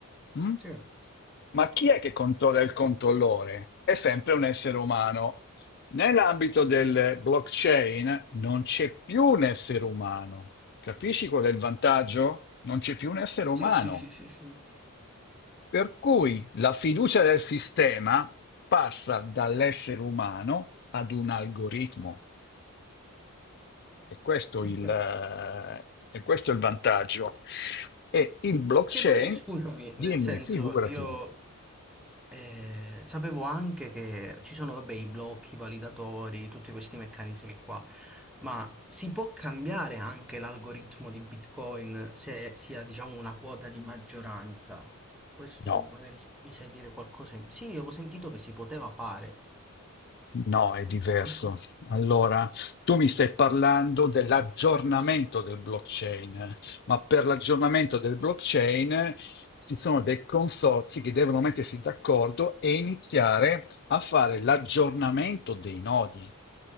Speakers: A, on the left; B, in the centre.
A: Mm?
B: Sì.
A: Ma chi è che controlla il controllore? È sempre un essere umano. Nell'ambito del blockchain non c'è più un essere umano. Capisci qual è il vantaggio? Non c'è più un essere umano.
B: Sì, sì, sì, sì, sì.
A: Per cui la fiducia del sistema passa dall'essere umano ad un algoritmo. E questo
B: È
A: il,
B: chiaro,
A: eh,
B: è chiaro.
A: e questo è il vantaggio. E il blockchain,
B: Che poi, scusami,
A: dimmi,
B: nel senso,
A: figurati.
B: io eh, sapevo anche che ci sono, vabbè, i blocchi, i validatori, tutti questi meccanismi qua, ma si può cambiare anche l'algoritmo di Bitcoin se si ha, diciamo, una quota di maggioranza. Questo
A: No,
B: magari mi sai dire qualcosa in... Sì, avevo sentito che si poteva fare.
A: No, è diverso.
B: Che si...
A: Allora, tu mi stai parlando dell'aggiornamento del blockchain, ma per l'aggiornamento del blockchain ci sono dei consorzi che devono mettersi d'accordo e iniziare a fare l'aggiornamento dei nodi.